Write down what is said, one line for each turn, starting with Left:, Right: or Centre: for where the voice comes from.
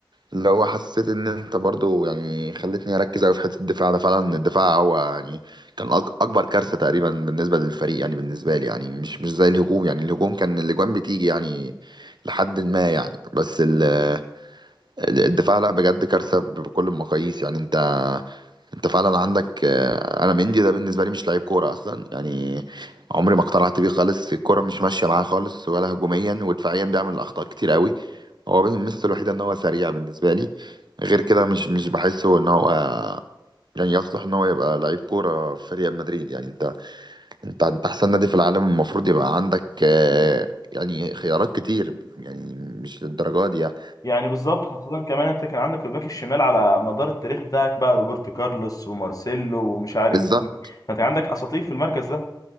Right: لو حسيت ان انت برضو يعني خلتني اركز قوي في حته الدفاع ده فعلا الدفاع هو يعني كان أك- اكبر كارثه تقريبا بالنسبه للفريق يعني بالنسبه لي يعني مش مش زي الهجوم يعني الهجوم كان الاجوان بتيجي يعني لحد ما يعني بس ال- ال- الدفاع لا بجد كارثه بكل المقاييس يعني انت انت فعلا عندك آه، انا مندي ده بالنسبه لي مش لعيب كوره اصلا يعني عمري ما اقتنعت بيه خالص الكوره مش ماشيه معاه خالص ولا هجوميا ودفاعيا بيعمل اخطاء كتير قوي هو بس الميزه الوحيده ان هو سريع بالنسبه لي غير كده مش مش بحسه ان هو يعني يصلح ان هو يبقى لعيب كوره في ريال مدريد يعني انت انت انت احسن نادي في العالم المفروض يبقى عندك آه، يعني خيارات كتير يعني مش للدرجه دي يعني
Left: يعني بالظبط خاصة كمان انت كان عندك الباك الشمال على مدار التاريخ بتاعك بقى روبرتو كارلوس ومارسيلو ومش عارف
Right: وبالظبط
Left: مين. ما انت عندك اساطير في المركز ده